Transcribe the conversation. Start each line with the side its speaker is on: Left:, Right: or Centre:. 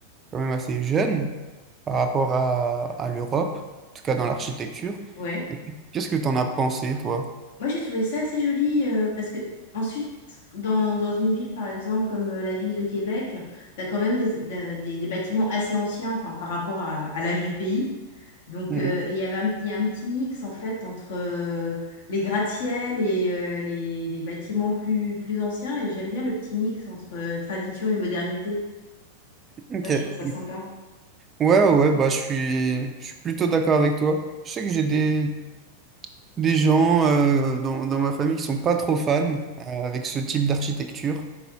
Right: quand même assez jeune. par rapport à, à l'Europe, en tout cas dans l'architecture.
Left: ouais.
Right: Qu'est-ce que tu en as pensé, toi?
Left: Moi, j'ai trouvé ça assez joli euh, parce que ensuite, dans, dans une ville, par exemple, comme euh, la ville de Québec, tu as quand même des, des- des- des bâtiments assez anciens enfin, par rapport à, à l'âge du pays. Donc,
Right: Mhm.
Left: euh, et il y avait un, il y a un petit mix, en fait, entre euh, les gratte-ciel et euh, les, les bâtiments plus, plus anciens. Et j'aime bien le petit mix entre euh, tradition et modernité.
Right: Ok.
Left: Ça,
Right: Ouais,
Left: je trouve ça sympa.
Right: ouais, ouais, bah, je suis, je suis plutôt d'accord avec toi. Je sais que j'ai des, des gens euh, dans, dans ma famille qui sont pas trop fans euh, avec ce type d'architecture.